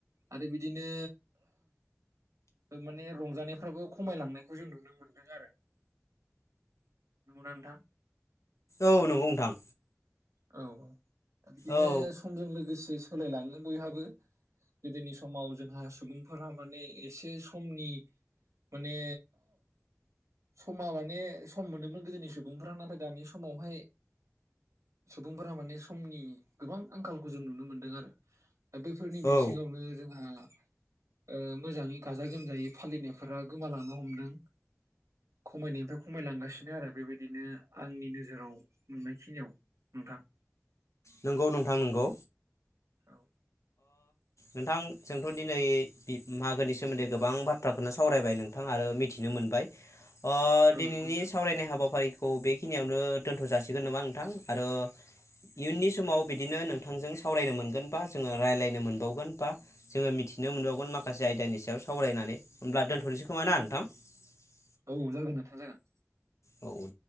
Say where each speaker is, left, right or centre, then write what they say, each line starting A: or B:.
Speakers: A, on the right; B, on the left.
A: आरो बिदिनो माने रंजानायफ्राबो खमायलांनायखौ जों नुनो मोनदों आरो। नंगौना नोंथां?
B: औ नंगौ नोंथां।
A: औ दा बिदिनो
B: औ
A: समजों लोगोसे सोलायलाङो बयहाबो। गोदोनि समाव जोंहा सुबुंफोरा माने एसे समनि माने समा माने सम मोनोमोन गोदोनि सुबुंफोरा नाथाय दानि समावहाय सुबुंफोरा माने समनि गोबां आंखालखौ जों नुनो मोनदों आरो। दा बेफोरनि बिथिङावनो
B: औ
A: जोंहा <inaudible> ओ मोजाङै गाजा गोमजायै फालिनायफोरा गोमालांनो हमदों। खमायनायनिफ्राय खमायलांगासिनो आरो बेबायदिनो आंनि नोजोराव मोननाय खिनियाव। नोंथां।
B: नंगौ नोंथां नंगौ।
A: औ
B: नोंथां जोंथ' दिनै मागोनि सोमोन्दै गोबां बाथ्राखोनो सावरायबाय नोंथां आरो मिथिनो मोनबाय ओ दिनैनि
A: औ नंगौ नोंथां
B: सावरायनाय हाबाफ फारिखौ बेखिनियावनो दोनथ' जासिगोन नामा नोंथां आरो। इयुननि समाव बिदिनो नोंथांजों सावरायनो मोनगोन बास जोंङो राय्लायनो मोनबावगोन बा जोङो मिथिनो मोनबावगोन माखासे आयदानि सायाव सावरायनानै उब्ला दोनथ' खोमाना आ नोंथां।
A: औ जागोन नोंंथां जागोन
B: औ दे